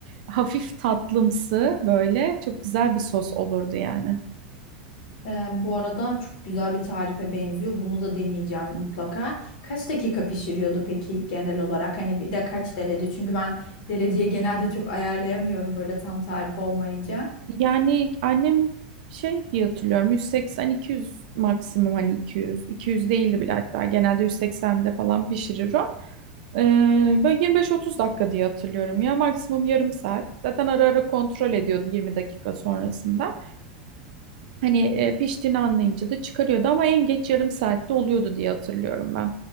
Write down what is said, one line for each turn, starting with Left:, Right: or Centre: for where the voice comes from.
Right: hafif tatlımsı böyle çok güzel bir sos olurdu yani.
Left: Ee, bu arada çok güzel bir tarife benziyor. Bunu da deneyeceğim mutlaka. Kaç dakika pişiriyordu peki genel olarak? Hani bir de kaç derece? Çünkü ben dereceyi genelde çok ayarlayamıyorum böyle tam tarif olmayınca.
Right: Yani annem şey diye hatırlıyorum 180-200 maksimum hani 200 200 değildi bile hatta genelde 180'de falan pişirir o. Ee, böyle 25-30 dakika diye hatırlıyorum ya maksimum yarım saat. Zaten ara ara kontrol ediyordu 20 dakika sonrasında. Hani e, piştiğini anlayınca da çıkarıyordu ama en geç yarım saatte oluyordu diye hatırlıyorum